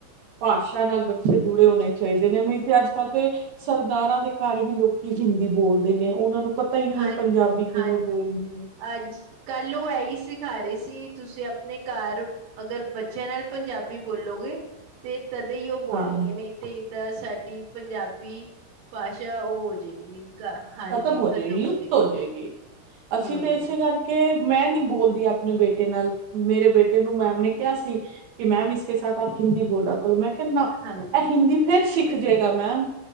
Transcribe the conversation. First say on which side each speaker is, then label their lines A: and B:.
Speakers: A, on the right; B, on the right.
A: ਭਾਸ਼ਾ ਨਾਲ ਬੱਚੇ ਜੁੜੇ ਹੋਣੇ ਚਾਹੀਦੇ ਨੇ। ਨਹੀਂ ਤੇ ਅੱਜ ਕੱਲ੍ਹ ਤੇ ਸਰਦਾਰਾਂ ਦੇ ਘਰ ਵੀ ਲੋਕ ਕੀ ਹਿੰਦੀ ਬੋਲਦੇ ਨੇ। ਉਹਨਾਂ ਨੂੰ ਪਤਾ ਹੀ ਨਹੀਂ
B: ਹਾਂਜੀ-ਹਾਂਜੀ।
A: ਹੈ ਪੰਜਾਬੀ ਕਿਵੇਂ ਬੋਲਣੀ ਹੈ
B: ਅੱਜ ਕੱਲ ਉਹ ਇਹੀ ਸਿਖਾ ਰਹੀ ਸੀ। ਤੁਸੀਂ ਆਪਣੇ ਘਰ ਅਗਰ ਬੱਚਿਆਂ ਨਾਲ ਪੰਜਾਬੀ ਬੋਲੋਗੇ ਤੇ ਤਦੇ ਹੀ ਉਹ ਬੋਲੇਗੇ।
A: ਹਾਂ
B: ਨਹੀਂ ਤੇ ਏਦਾਂ ਸਾਡੀ ਪੰਜਾਬੀ ਭਾਸ਼ਾ ਉਹ ਹੋ ਜਾਏਗੀ। ਹਾਂਜੀ
A: ਖਤਮ ਹੋ
B: ਖ਼ਤਮ
A: ਲੁਪਤ
B: ਜਾਏਗੀ
A: ਹੋ ਜੇਗੀ, ਅਸੀਂ
B: ਹੂੰ
A: ਤਾਂ ਇਸੇ ਕਰਕੇ ਮੈਂ ਨੀ ਬੋਲਦੀ ਆਪਣੇ ਬੇਟੇ ਨਾਲ, ਮੇਰੇ ਬੇਟੇ ਨੂੰ ਮੈਮ ਨੇ ਕਿਹਾ ਸੀ ਕਿ ਮੈਮ ਇਸਕੇ ਸਾਥ ਆਪ ਹਿੰਦੀ ਬੋਲਾ ਕਰੋ, ਮੈਂ ਕਿਆ ਨਾ
B: ਹਾਂਜੀ,
A: ਐ ਹਿੰਦੀ ਫੇਰ ਸਿੱਖ ਜੇਗਾ ਮੈਮ,